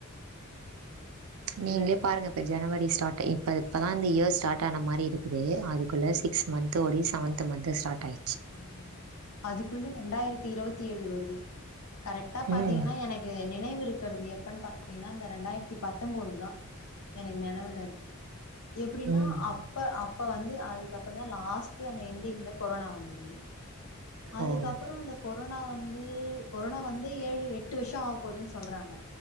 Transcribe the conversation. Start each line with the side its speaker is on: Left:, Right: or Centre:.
Right: நீங்களே
Left: புரியுது புரியுதுங்க
Right: பாருங்க இப்ப ஜனவரி ஸ்டார்ட் இப்ப இப்பதா இந்த இயர் ஸ்டார்ட் ஆன மாரி இருக்குது அதுக்குள்ள சி சிக்ஸ் மந்த் ஓடி செவன்த மந்து ஸ்டார்ட் ஆயிச்சு
Left: ஆமா அதுக்குள்ள ரெண்டாயிரத்தி இருபத்தி ஏழு வருது கரெக்டா பாத்தீங்கன்னா
Right: ம்
Left: எனக் கு நினைவு இருக்குறது எப்பன்னு பாத்தீங்ன்னா இந்த ரெண்டாயிரத்தி பத்தம்போதுதா எனக்கு நெனவுல இருக்கு எப்டின்னா
Right: ம்
Left: அப்ப அப்ப வந்து அதுக்கப்புற தா லாஸ்ட் அந்த என்டிங்ல கொரோனா வந்தது அதுக்கப்புறோ
Right: ஓ
Left: அந்த கொரோனா வந்து கொரோனா வந்து ஏழு எட்டு வருஷ ஆவப்போதுன்னு சொல்றாங்க